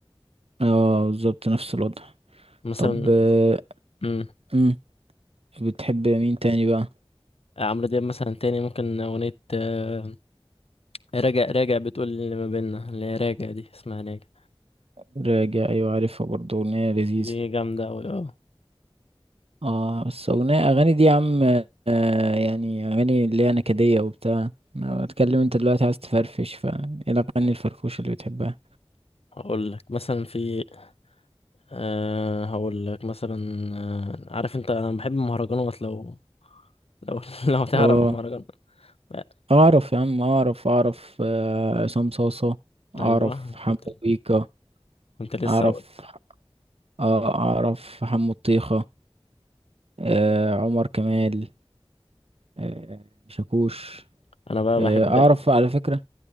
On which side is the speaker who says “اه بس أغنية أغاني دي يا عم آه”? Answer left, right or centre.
Right